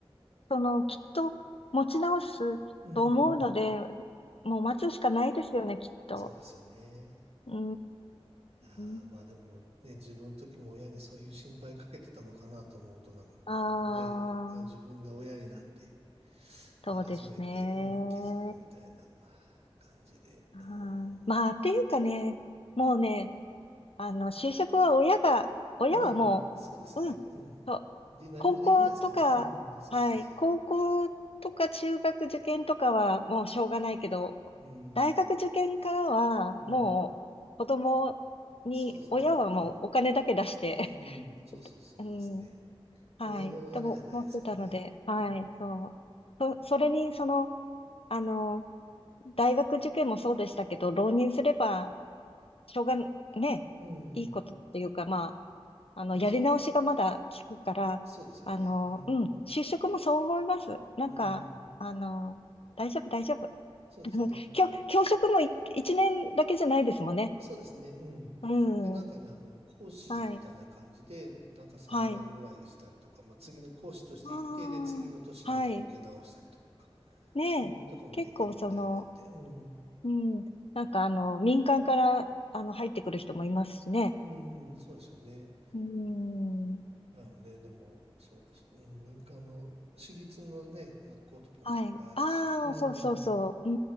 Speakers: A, on the left (about 70°); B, on the right (about 85°).
A: その、きっと持ち直すと思うので、
B: うん、うん。
A: もう待つしかないですよね、きっと。
B: そうですよね。
A: うー
B: いやーまあでもね、
A: ん。
B: 自分の時も親にそういう心配かけてたのかなと思うと、なんかこうね、
A: ああ、
B: 自分が親になって、
A: そうですね。
B: まあ、初めて、うん、気づくみたいな感じで、
A: はいまあ、
B: うん、
A: っていうかね、もうね、あの、就職は親が、親はもう、
B: まあ、うんそうですよね、
A: うん、
B: うん。
A: そう。
B: で、何もできないですからね、
A: 高校とか、
B: うん、そうそうそう、
A: はい、高校とか中学受験とかはもうしょうがないけど、
B: うん、
A: 大学受験からはもう子供に、
B: うん、そうですね、
A: 親はもうお金だけ出して、
B: こ、うん、うん、そうそうそうですね。
A: <laughs> うん、はい、
B: 親のあれじゃないですもんね。
A: とも思ってたので、はい、
B: うん、
A: そう。そ、それに、その、あの、大学受験もそうでしたけど、浪人すれば、しょうが、ね、
B: うん、
A: いいことっていうか、まあ、あの、
B: まあ、
A: やり直しがまだ効くから、
B: そ、そうですよね。
A: あの、
B: うん、
A: うん、就職もそう思います。なんか、
B: うん、
A: あの、大丈夫、大丈夫。
B: そうですね。
A: <laughs> 教、教職もい一年だけじゃないですもんね。
B: そうですね。うん。
A: う
B: で、なんかね、
A: ん。
B: あの、講師みたいな感じで、
A: はい。
B: なんか3年ぐらいしたりとか、
A: はい。
B: まあ、次の講師として行って、
A: ああ、
B: で、次の年また受け直したりとかか、
A: はい。ねえ。
B: うん、とかもできるみたいなんで、
A: 結構その、
B: うん、
A: うん。なんかあの、民間から、あの、入ってくる人もいますしね。
B: うん、そうですよね。
A: うん。
B: なのね、でも、そうか、そう、うん、民間の、私立のね、学校とかもいっぱいあるし、
A: はい。ああ、
B: う
A: そうそうそう。
B: ん、
A: う